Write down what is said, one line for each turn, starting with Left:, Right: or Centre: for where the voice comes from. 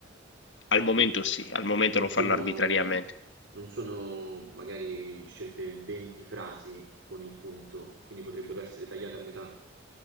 Left: al momento sì, al momento
Right: Non
Left: lo
Right: sono,
Left: fanno arbitrariamente.
Right: non sono magari scelte 20 frasi con il punto, quindi potrebbero essere tagliate a metà.